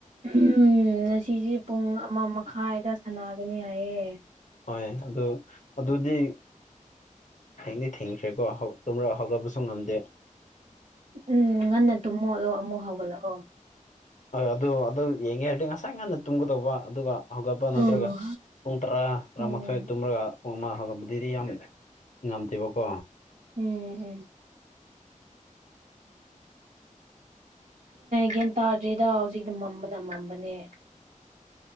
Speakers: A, on the right; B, on the left.
A: ꯎꯝ ꯉꯁꯤꯁꯦ ꯄꯨꯡ ꯑꯃ ꯃꯈꯥꯏꯗ ꯁꯥꯟꯅꯒꯅꯤ ꯍꯥꯏꯌꯦ
B: ꯍꯣꯏ ꯑꯗꯨ ꯑꯗꯨꯗꯤ ꯊꯦꯡꯗꯤ ꯊꯦꯡꯈ꯭ꯔꯦꯀꯣ ꯇꯨꯝꯔ ꯍꯧꯒꯠꯕꯁꯨ ꯉꯝꯗꯦ
A: ꯎꯝ ꯉꯟꯅ ꯇꯨꯝꯃꯣꯂꯣ ꯑꯃꯨꯛ ꯍꯧꯒꯠꯂꯛꯑꯣ
B: ꯍꯣꯏ ꯑꯗꯨ ꯑꯗꯨ ꯌꯦꯡꯉꯦ ꯍꯥꯏꯔꯗꯤ ꯉꯁꯥꯏ ꯉꯟꯅ ꯇꯨꯝꯒꯗꯧꯕ ꯑꯗꯨꯒ ꯍꯧꯒꯠꯕ ꯅꯗ꯭ꯔꯒ
A: ꯑꯣ
B: ꯄꯨꯡ ꯇꯔꯥ ꯇꯔꯥꯃꯥꯊꯣꯢꯗ
A: ꯎꯝ
B: ꯇꯨꯝꯃꯥꯒ ꯄꯨꯡ ꯑꯃ ꯍꯪꯂꯛꯄꯗꯤꯗꯤ ꯌꯥꯝ ꯉꯝꯗꯦꯕꯀꯣ
A: ꯎꯝ ꯎꯝ ꯒ꯭ꯌꯥꯟ ꯇꯥꯗ꯭ꯔꯤꯗ ꯍꯧꯖꯤꯛ ꯃꯝꯕꯅ ꯃꯝꯕꯅꯦ